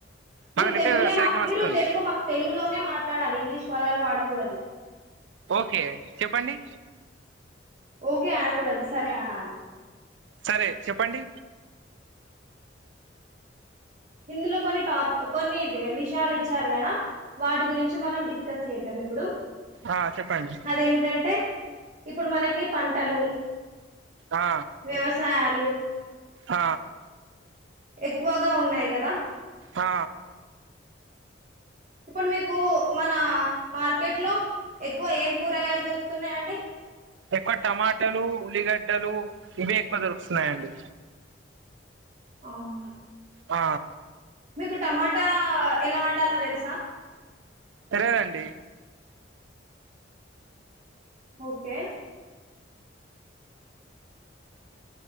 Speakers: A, on the right; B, on the right.
A: మీరు
B: మాకు నెట్
A: తెలుగులే
B: సరిగ్గా వస్తుంది
A: మీరు తెలుగు తెలుగులోనే మాట్లాడాలి ఇంగ్లీష్ పదాలు వాడకూడదు
B: ఓకే చెప్పండి
A: ఓకే అనకూడదు సరే అనాలి
B: సరే చెప్పండి
A: ఇందులో కొన్ని టాప్ కొన్ని వె విషయాలు ఇచ్చారు కదా వాటి గురించి మనం డిస్కస్ చేద్దాం ఇప్పుడు
B: ఆ చెప్పండి
A: అదేమిటంటే ఇప్పుడు మనకి పంటలు
B: ఆ
A: వ్యవసాయాలు
B: ఆ
A: ఎక్కువగా ఉన్నాయి కదా
B: ఆ
A: ఇప్పుడు మీకు మన మార్కెట్ లో ఎక్కువ ఏం కూరగాయలు దొరుకుతున్నాయండి
B: ఎక్కువ టమాటాలు ఉల్లిగడ్డలు ఇవే ఎక్కువ దొరుకుతున్నాయండి
A: అవునా
B: ఆ
A: మీకు టమాటా ఎలా వండాలో తెలుసా
B: తెలవదండి
A: ఓకే